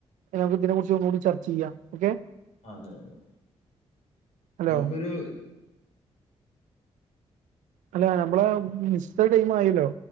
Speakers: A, on the right; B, on the left.
A: നമുക്ക് ഇതിനെ കുറിച്ച് ഒന്നുകൂടി ചർച്ച ചെയ്യാം ഓക്കെ
B: അതെ അതെ
A: ഹലോ
B: നമുക്കൊരു
A: അല്ലെ നമ്മള് മിസ്ത്തെ ടൈം ആയില്ലോ